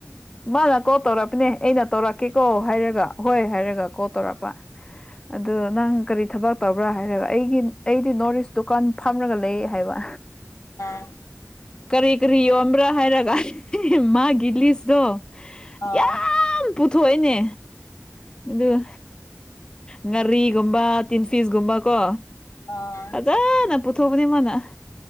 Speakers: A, on the left (about 15°); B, on the left (about 80°).
A: ꯃꯥꯅ ꯀꯣꯜ ꯇꯧꯔꯛꯄꯅꯦ ꯑꯩꯅ ꯇꯧꯔꯛꯀꯦꯀꯣ ꯍꯥꯏꯔꯒ ꯍꯣꯏ ꯍꯥꯏꯔꯒ ꯀꯣꯜ ꯇꯧꯔꯛꯄ
B: <inaudible>
A: ꯑꯗꯨ ꯅꯪ ꯀꯔꯤ ꯊꯕꯛ ꯇꯧꯕ꯭ꯔꯥ ꯍꯥꯏꯔꯒ ꯑꯩꯒꯤ ꯑꯩꯗꯤ ꯅꯣꯔꯠ ꯏꯁ ꯗꯨꯀꯥꯟ ꯐꯝꯔꯒ ꯂꯩ ꯍꯥꯏꯕ
B: ꯑꯥ
A: ꯀꯔꯤ ꯀꯔꯤ ꯌꯣꯟꯕ꯭ꯔꯥ ꯍꯥꯏꯔꯒ ꯃꯥꯒꯤ ꯂꯤꯁꯇꯣ
B: ꯑꯥ
A: ꯌꯥꯝ ꯄꯨꯊꯣꯛꯏꯅꯦ ꯑꯗꯨꯒ ꯉꯥꯔꯤꯒꯨꯝꯕ ꯇꯤꯟꯐꯤꯁꯒꯨꯝꯕ ꯀꯣ
B: ꯑꯥ
A: <unintelligible> ꯄꯨꯊꯣꯛꯕꯅꯤ ꯃꯥꯅ